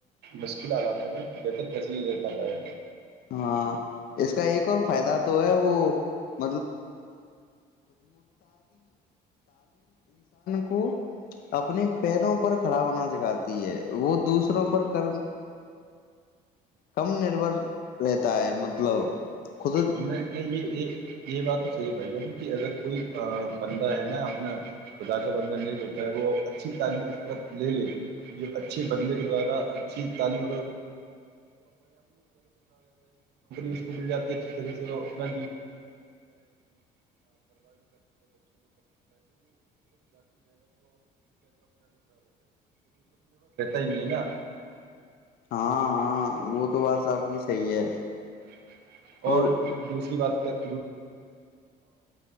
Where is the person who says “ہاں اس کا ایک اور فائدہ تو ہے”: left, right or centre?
Left